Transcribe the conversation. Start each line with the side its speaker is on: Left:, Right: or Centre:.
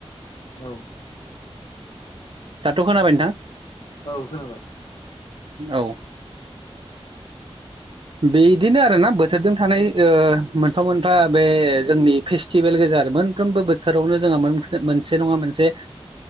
Left: औ
Right: दाथ' खोनाबाय नोंथां ।
Left: औ खोनाबाय ।
Right: औ ओ बेदिनो आरोना बोथोरजों थानाय मोनफा मोनफा बे जोंनि फेस्टिभेल गेजेर मोनफ्रोमबो बोथोरावनो जोंहा मोनसे नङा मोनसे